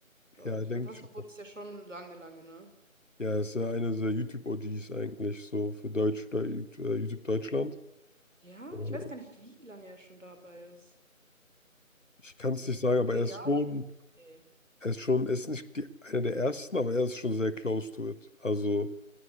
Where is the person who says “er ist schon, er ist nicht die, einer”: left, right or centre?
Left